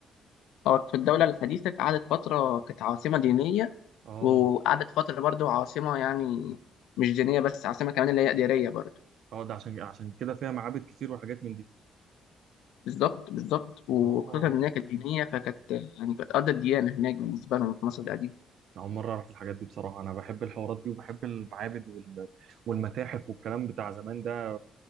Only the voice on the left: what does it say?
اه في الدولة الحديثة قعدت فترة كانت عاصمة دينية
وقعدت فترة برضو عاصمة يعني مش دينية بس عاصمة كمان اللي هي إدارية برضو
بالظبط بالظبط وخصوصا
إن هي كانت دينية فكانت يعني كانت أرض الديانة هناك بالنسبة لهم في مصر القديمة